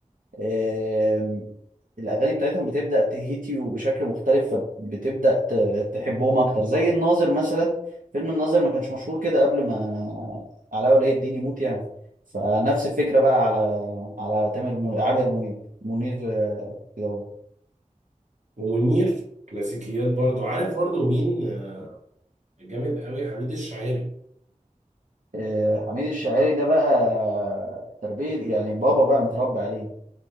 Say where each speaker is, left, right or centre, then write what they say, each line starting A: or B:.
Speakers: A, on the right; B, on the right.
A: آم، الأغاني بتاعتهم بتبدأ تهيت يو بشكل مختلف فبتبدأ ت- تحبهم أكتر زي الناظر مثلا فيلم الناظر ما كانش مشهور كده قبل ما علاء ولي الدين يموت يعني فنفس الفكرة بقى على على تامر منير عامر منيب منير آه، كده أهو.
B: ومنير كلاسيكيات برضه عارف برضه مين آه، جامد قوي حميد الشاعري
A: آه، حميد الشاعري ده بقى تربية يعني بابا بقى متربي عليه